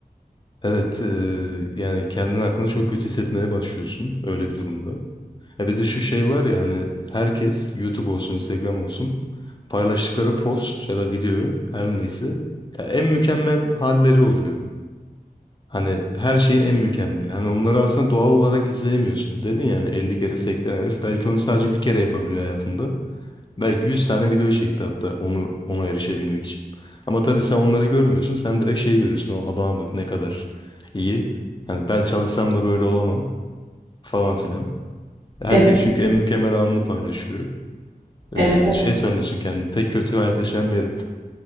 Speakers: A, on the left (about 30°); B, on the right (about 70°).
A: Evet. eee, yani kendini hakkında çok kötü hissetmeye başlıyorsun öyle bir durumda. E bir de şu şey var ya hani herkes YouTube olsun, Instagram olsun paylaştıkları post ya da videoyu her neyse ya en mükemmel halleri oluyor. Hani her şeyin en mükemmeli. Hani onları aslında doğal olarak izleyemiyorsun. Dedin yani 50 kere sektiren herif belki onu sadece bir kere yapabiliyor hayatında. Belki 100 tane video çekti hatta onu ona erişebilmek için. Ama tabii sen onları görmüyorsun. Sen direkt şey görüyorsun. O adama bak ne kadar iyi. Hani ben çalışsam da böyle olamam falan filan. Herkes
B: Evet,
A: çünkü en mükemmel anını paylaşıyor.
B: evet,
A: Ee,
B: evet.
A: şey sanıyorsun kendini. Tek kötü hayat yaşayan benim.